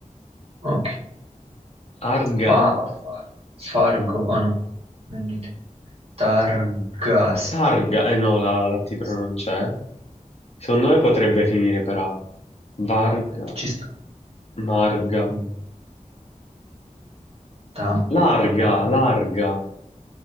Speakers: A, on the right; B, on the left.
A: ok.
B: Arga,
A: Fa, far- fargo, oh no, non niente. Targas,
B: Targa, eh no, la, la T però
A: sì,
B: non c'è. Secondo me potrebbe finire per A. Varga,
A: ci sta.
B: Marga.
A: Mm. Ta-
B: Larga,
A: Ah, no.
B: larga,